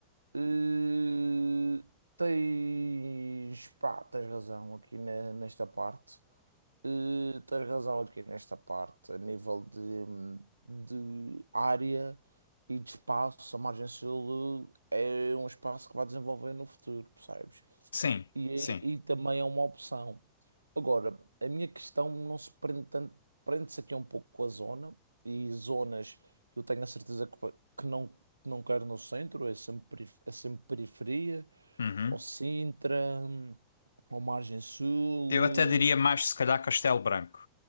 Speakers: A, on the right; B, on the left.
A: Eh, tens, pá, tens razão aqui ne- nesta parte. Eh, tens razão aqui nesta parte, a nível de, de área e de espaço, a margem sul é um espaço que vai desenvolver no futuro, percebes?
B: Sim,
A: E, é-
B: sim.
A: e também é uma opção. Agora, a minha questão não se prende tanto, prende-se aqui um pouco com a zona, e zonas eu tenho a certeza que, vai- que não, que não quero no centro, é sempre, perif- é sempre periferia,
B: Uhum.
A: ou Sintra, ou margem sul,
B: Eu até diria
A: eh,
B: mais, se calhar, Castelo Branco.